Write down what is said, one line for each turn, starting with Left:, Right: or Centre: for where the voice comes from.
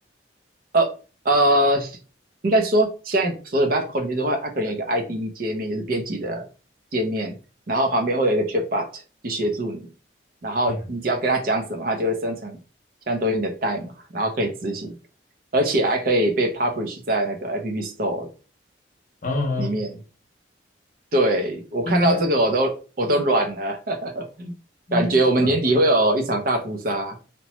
Right: 呃呃，应该说现在所有的 Vive Coding 就是会，它可能有一个 IDE 界面，就是编辑的界面，然后旁边会有一个 Chatbot 去协助你，然后你只要跟他讲什么，
Left: 嗯，
Right: 它就会生成相对应的代码，然后可以执行，而且还可以被 publish 在那个 App Store
Left: 嗯，
Right: 里面。对，我看到这个我都我都软了，
Left: 应该
Right: <laughs>
Left: 应该算吧，
Right: 感觉我们年底会有一场大屠杀。